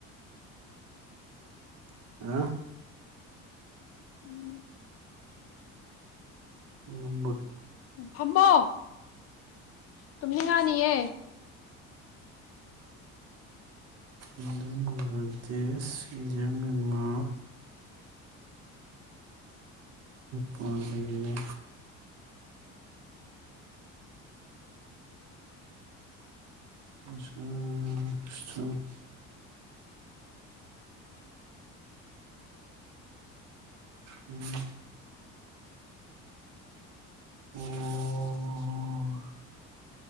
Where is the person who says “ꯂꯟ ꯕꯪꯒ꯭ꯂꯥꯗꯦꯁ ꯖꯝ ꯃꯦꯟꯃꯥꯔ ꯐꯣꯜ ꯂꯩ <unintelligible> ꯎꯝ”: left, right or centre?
Right